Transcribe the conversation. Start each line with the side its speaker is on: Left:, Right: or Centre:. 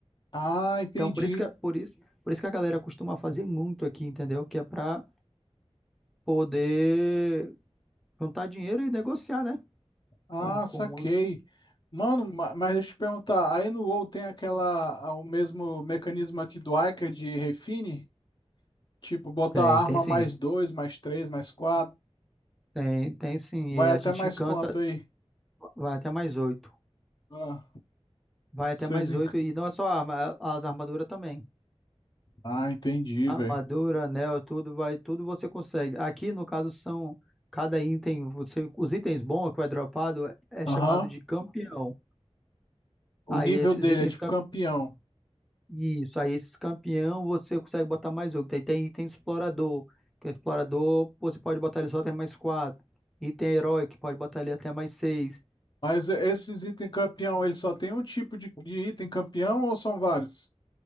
Left: Ah, entendi.
Centre: Então, por isso que, por isso, por isso que a galera costuma fazer muito aqui, entendeu? Que é para poder juntar dinheiro e negociar, né?
Left: Ah,
Centre: Com, com...
Left: saquei. Mano, ma- mas deixa eu te perguntar, aí no WoW tem aquela, a- o mesmo mecanismo aqui do Ica de refine? Tipo, botar
Centre: Tem,
Left: arma
Centre: tem sim.
Left: mais dois, mais três, mais quatro,
Centre: Tem, tem sim.
Left: vai
Centre: E
Left: até
Centre: a gente
Left: mais
Centre: encanta,
Left: quanto aí?
Centre: vai até mais oito.
Left: Ah,
Centre: Vai até
Left: seis
Centre: mais
Left: em...
Centre: oito.
Left: ca-
Centre: E não é só arma, as armaduras também.
Left: Ah, entendi,
Centre: Armadura,
Left: velho.
Centre: anel, tudo vai, tudo você consegue. Aqui, no caso, são cada item, você, os itens bons que vai dropado é chamado
Left: Aham,
Centre: de campeão.
Left: o
Centre: Aí
Left: nível
Centre: esses
Left: dele
Centre: itens,
Left: é tipo
Centre: cam-
Left: campeão.
Centre: isso, aí esses campeão você consegue botar mais outro. Aí tem item explorador, que o explorador você pode botar ele só até mais quatro. Item herói, que pode botar ele até mais seis.
Left: Mas e- esses itens campeão, ele só tem um tipo de, de item campeão ou são vários?